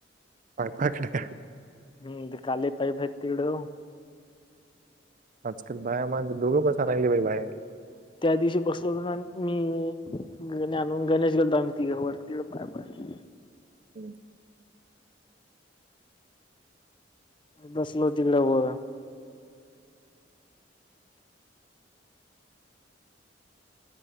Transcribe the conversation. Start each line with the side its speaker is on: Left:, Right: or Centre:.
Right: पाय पाकडे
Left: हम ते काली पा फेेतड
Right: आजकाल बाया माणे दोघं बस राहिली बाई बाहेर
Left: त्या दिवशी बसल तर ना मी ग आणून गणेश गेलो आम्ही तिघे वर तडं पाय पड
Right: हम्म
Left: बसलो तिकडे ब